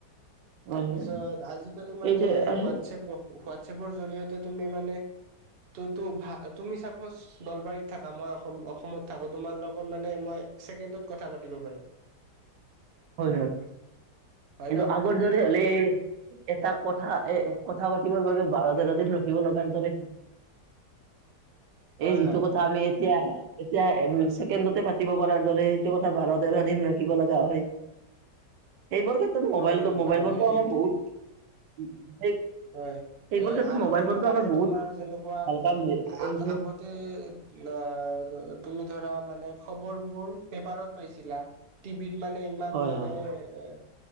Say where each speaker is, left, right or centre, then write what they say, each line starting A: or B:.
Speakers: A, on the right; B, on the right.
A: হয়
B: তাৰপিছত
A: হয়
B: আজিকালি মানে
A: এই যে আহ,
B: হোৱাটছএপ হোৱাটএপৰ জৰিয়তে তুমি মানে তু- তু ভা তুমি চাবা <unintelligible> নলবাৰীত থাকা মই অসমত থাকো তোমাৰ লগত মানে মই ছেকেণ্ডত কথা পাতিব পাৰিম
A: হয়- হয়।
B: হয়
A: কিন্তু
B: ন
A: আগৰ দিনৰে হ'লে এটা কথা এ কথা- পাতিবৰ বাবে বাৰ -তেৰ দিন ৰখিব লগা হিচাপে
B: হয়
A: এই যিটো
B: হয়
A: কথা আমি- এতিয়া -এতিয়া ছেকেণ্ডতে পাতিব পৰা দৰে সেইটো কথা বাৰ- তেৰ দিন ৰখিব লগা হয়। এইবোৰ ক্ষেত্ৰত মোবাইলটো
B: হয় হয়
A: মোবাইল
B: বাট হয়
A: ফোনটো আমাৰ
B: এই
A: বহুত
B: হয়,
A: সেইবোৰ
B: এ'
A: ক্ষেত্ৰত
B: আৰু
A: মোবাইল ফোনটো
B: -আৰু
A: আমাৰ বহুত
B: তোমাৰ যেনেকুৱা
A: ভাল কাম কৰিছে
B: আগ- আগতে অ', তুমি ধৰা মানে খবৰবোৰ পেপাৰত পাইছিলা টিভিত মানে ইমান
A: হয়
B: মানে
A: হয়
B: এ'